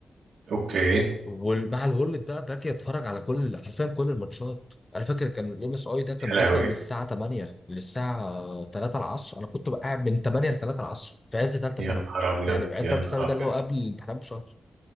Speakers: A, on the right; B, on the left.
A: اوكي يا
B: ومع الورلد بقى باجي اتفرج على كل حرفيا كل الماتشات انا فاكر كان الام اس اي ده كان بيبدا
A: لهوي
B: من الساعه 8 للساعه 3 العصر انا كنت بقى قاعد من 8 ل 3 العصر في عز ثالثه
A: يا
B: ثانوي
A: نهار ابيض
B: يعني في عز
A: يا
B: ثالثه
A: نهار
B: ثانوي ده
A: ابيض
B: اللي هو قبل الامتحانات بشهر